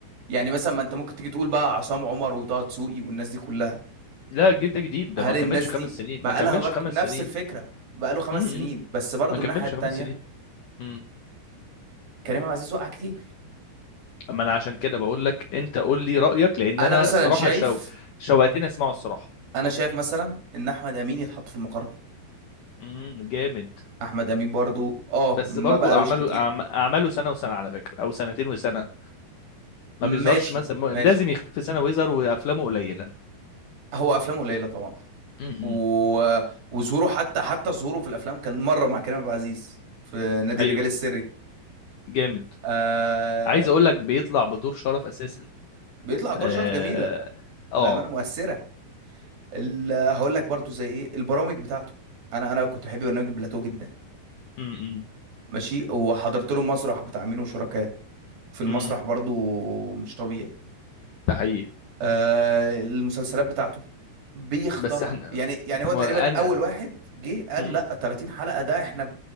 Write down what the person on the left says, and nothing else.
لا الجيل ده جديد ده
ما
كملش خمس
سنين
ما كملش
خمس
سنين
امم
ما كملش
خمس سنين امم
اما انا عشان كده بقول لك انت قول لي رايك لان
انا
الصراحه
شو... شوقتني اسمعه الصراحه
امم جامد
بس
برضو
اعماله
أعم- اعماله سنه وسنه على فكره او سنتين وسنه ما بيظهرش
مثلا م-
لازم يختفي سنه ويظهر وافلامه قليله
امم
ايوه
جامد
عايز اقول لك بيطلع بدور شرف اساسا
اه
اه
امم
امم
ده حقيقي
بس احنا
انت
ما
انا
مم.